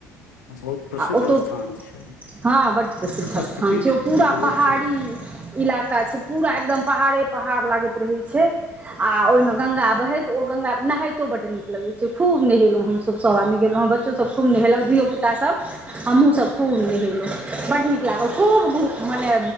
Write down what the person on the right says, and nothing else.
आ ओतहु
हँ बड्ड प्रसिद्ध
स्थान छै ओ पूरा
पहाड़ी
इला इलाका छै पूरा एकदम पहाड़े पहाड़ लागैत रहे छै आ ओहिमे गंगा बहैत ओ गंगा नहाइतो बड नीक लगै छै खूब नेहेलहुँ हमसभ सभ आदमी गेलहुँ बच्चोसभ खूब नहेलक धियोपुता सब हमहु सभ खूब नहेलहुँ बड्ड नीक लागल खूब मने